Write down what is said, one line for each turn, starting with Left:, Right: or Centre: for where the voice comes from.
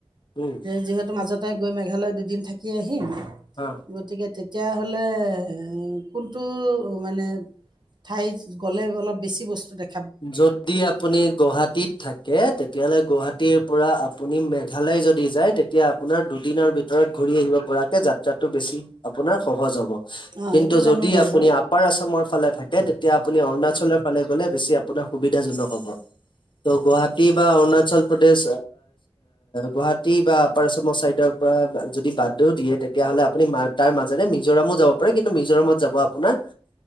Left: উম
Right: যিহেতু মাজত। তাই গৈ মেঘালয় দুদিন থাকে, থাকি আহিম
Left: অ
Right: গতিকে তে। তেতিয়াহ'লে কোনটো মানে ঠাই। গ'লে অলপ বেছি বস্তু দেখেব।
Left: যদি আপুনি গুৱাহাটীত থাকে তেতিয়াহলে গুৱাহাটীত। ৰাতিপৰা আপুনি মেঘালয় যদি যায় তেতিয়া আপোনাৰ দুদিনৰ ভিতৰত ঘূৰি আহিব পৰাকে যাত্ৰাটো বেছি আপোনাৰ সহজ হ'ব।
Right: অঁ
Left: কিন্তু
Right: এইটো জানো
Left: যদি
Right: বাৰু
Left: আপুনি আপাৰ আছৰ ফালে থাকে, তেতিয়া আপুনি অৰুণাচলৰ ফালে গ'লে। বেছি আপুনি আপোনাৰ সুবিধাজনক হ'ব ত' গুৱাহাটী বা অৰুণাচল প্ৰদেশ গুৱাহাটী বা আাৰচমৰ চাইডৰ পৰা যদি বাদও দিয়ে তেতিয়াাহ'লে আপুনি তাৰ মাজেৰে মিজোৰামো যাব পাৰে কিন্তু মিজোৰামত যাব আপোনাৰ